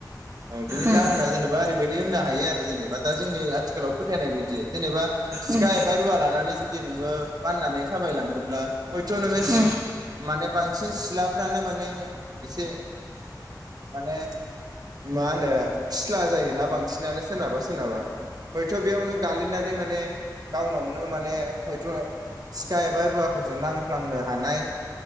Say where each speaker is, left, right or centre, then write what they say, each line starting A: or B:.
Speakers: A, on the right; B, on the right.
A: औ बिनि
B: उम
A: जाहोना जेनेबा ओरैबाय दि होनो हायो आरो जेनबा दा जोंनि आथिखालाव फोथाइनायबादि जेनबा सिखा
B: उम
A: एबा रूवा लानानै जुदि नोङो बाननानै थाबायलाङोल्बा हयथ' नोङो
B: उम
A: माने बांसिन सिला फ्रानो माने एसे माने मा होनो फिस्ला जायोना बांसिनानो सोरनाबा सोरनाबा हयथ' बेयाव नों गालिनानै माने गावनावनो माने हयथ' सिखा एबा रुवाफोरजों नांफ्लांनो हानाय